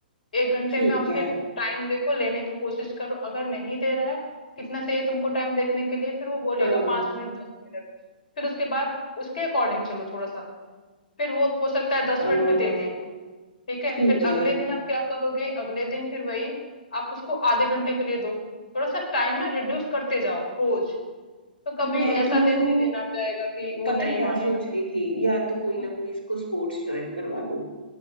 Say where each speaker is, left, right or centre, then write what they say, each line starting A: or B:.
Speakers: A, on the left (about 60°); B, on the left (about 85°).
A: 1 घंटे
B: ठीक
A: में आप
B: है
A: फिर टाइम देखो, लेने की कोशिश करो, अगर नहीं दे रहा है, कितना चाहिए तुमको टाइम देखने के लिए? फिर वो बोलेगा
B: हाँ
A: 5 मिनट, 10 मिनट, फिर उसके बाद उसके अकॉर्डिंग चलो थोड़ा-सा, फिर वो हो सकता है 10
B: हाँ,
A: मिनट में दे दे, ठीक है?
B: ठीक
A: फिर
B: है
A: अगले दिन आप क्या करोगे? अगले दिन फिर वही, आप उसको आधे घंटे के लिए दो, थोड़ा-सा टाइम ना रिड्यूस करते जाओ रोज़, तो कभी
B: मैं
A: ऐसा
B: तो
A: दे भी देना जाएगा कि वो
B: पता
A: नहीं
B: क्या
A: माँगेगा
B: सोच
A: फिर।
B: रही थी या तो कोई
A: हुँ,
B: ना कोई इसको स्पोर्ट्स ज्वाइन करवा दूं